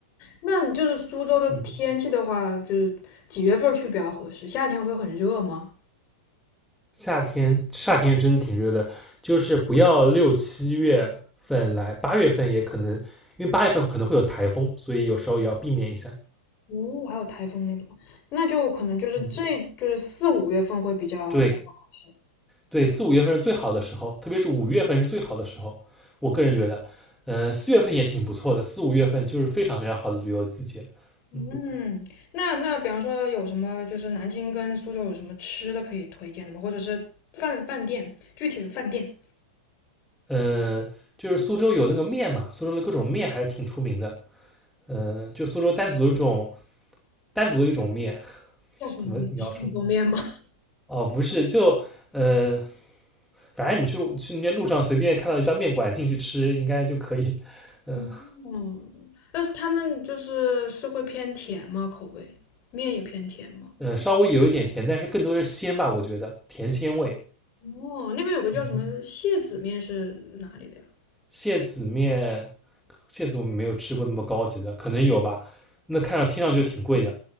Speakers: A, on the left (about 40°); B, in the centre.
A: 那就是苏州的天气的话，
B: 嗯，
A: 就是几月份儿去比较合适？夏天会很热吗？
B: 夏天夏天真的挺热的，就是不要六七月份来，八月份也可能，因为八月份可能会有台风，所以有时候也要避免一下。
A: 哦，还有台风那个，那就可能就是这就是四五月份会比较合适。
B: 嗯，对，对，四五月份是最好的时候，特别是五月份是最好的时候。我个人觉得，嗯、呃四月份也挺不错的，四五月份就是非常非常好的旅游季节。
A: 嗯，
B: 嗯
A: 那那比方说有什么，就是南京跟苏州有什么吃的可以推荐的吗？或者是饭饭店，具体的饭店
B: 嗯、呃就是苏州有那个面嘛，苏州的各种面还是挺出名的。嗯、呃就苏州单独的这种单独的一种面，
A: 叫什么面？
B: 怎么描述呢？
A: 是苏州面吗？
B: 哦，不是，就呃，反正你去去那边路上随便看到一家面馆进去吃，应该就可以。嗯、
A: <laughs>
B: 呃
A: 嗯，但是他们就是是会偏甜吗？口味，面也偏甜吗？
B: 嗯、呃稍微有一点甜，但是更多的是鲜吧，我觉得甜鲜味。
A: 哦，那边有个叫什么蟹籽面是哪里的呀？
B: 嗯。蟹子面，蟹子我们没有吃过那么高级的，可能有吧。那看上听上去挺贵的，